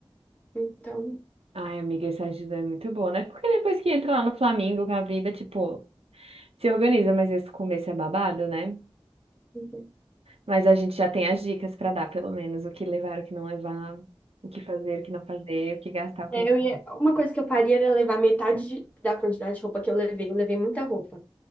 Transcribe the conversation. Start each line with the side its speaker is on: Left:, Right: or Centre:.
Left: Então,
Right: Ai, amiga, essa ajuda é muito boa, né? Porque depois que entra lá no Flamengo com a vida, tipo, se organiza, mas esse começo é babado, né?
Left: enfim.
Right: Mas a gente já tem as dicas pra dar, pelo menos, o que levar, o que não levar, o que fazer, o que não fazer, o que gastar, o que
Left: É,
Right: não.
Left: eu ia... Uma coisa que eu faria era levar metade de- da quantidade de roupa que eu levei. Eu levei muita roupa.